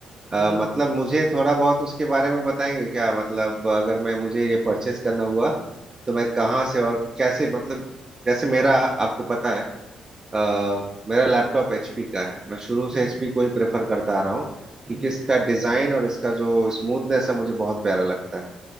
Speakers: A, in the centre; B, on the right.
A: और
B: अ, मतलब मुझे थोड़ा बहुत उसके बारे में बताएंगे क्या मतलब अगर मैं मुझे ये परचेस करना हुआ तो मैं कहाँ से और कैसे मतलब जैसे मेरा आपको पता है अ, मेरा लैपटॉप एचपी का है मैं शुरू से
A: हम्म
B: एचपी को ही प्रेफर करता आ रहा हूँ
A: हम्म
B: क्योंकि इसका डिजाइन और इसका जो स्मूथनेस है मुझे बहुत प्यारा लगता है